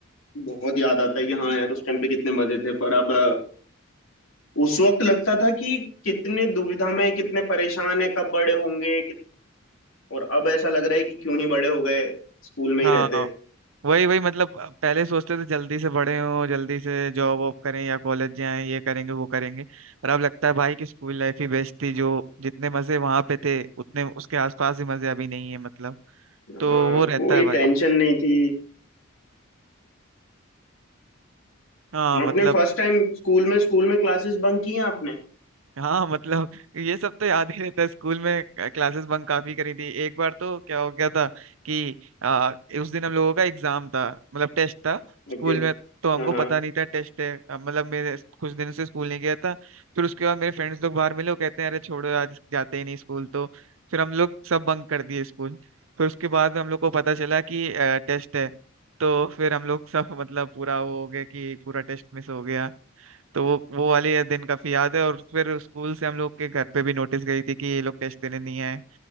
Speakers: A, on the left (about 90°); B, on the right (about 85°).
A: बहुत याद आता है कि हाँ यार उस टाइम पे कितने मजे थे पर अब अ, उस वक्त लगता था कि कितने दुविधा में हैं, कितने परेशान है कब बड़े होंगे कि... और अब ऐसा लग रहा है कि क्यों ही बड़े हो गए स्कूल में
B: हाँ
A: ही रहते
B: वही वही मतलब पहले सोचते थे जल्दी से बड़े हों जल्दी से जॉब वॉब करें या कॉलेज जाएं ये करेंगे वो करेंगे पर अब लगता है भाई कि स्कूल लाइफ ही बेस्ट थी जो जितने मजे वहां पे थे उतने उसके आसपास ही मजे अभी नहीं है मतलब तो
A: हाँ
B: वो रहता
A: कोई
B: है भाई
A: टेंशन नहीं थी
B: हाँ मतलब
A: आपने फर्स्ट टाइम स्कूल में स्कूल में क्लासेस बंक की हैं आपने
B: हाँ मतलब ये सब तो याद ही रहता है स्कूल में क्लासेस बंक काफी करी थी एक बार तो क्या हो गया था कि आ, उस दिन हम लोगों का एग्जाम था मतलब टेस्ट था स्कूल
A: ओके
B: में तो हमको
A: हाँ हाँ
B: पता नहीं था टेस्ट है अ, मतलब मेरे कुछ दिनों से स्कूल नहीं गया था फिर उसके बाद मेरे फ्रेंड्स लोग बाहर मिले वो कहते हैं अरे छोड़ो आज जाते ही नहीं स्कूल तो फिर हम लोग सब बंक कर दिए स्कूल फिर उसके बाद हम लोग को पता चला कि टेस्ट है तो फिर हम लोग सब मतलब पूरा वो हो गया कि पूरा टेस्ट मिस हो गया तो वो वो वाले ये दिन काफी याद है और फिर स्कूल से हम लोग के घर पे भी नोटिस गई थी कि ये लोग टेस्ट देने नहीं आए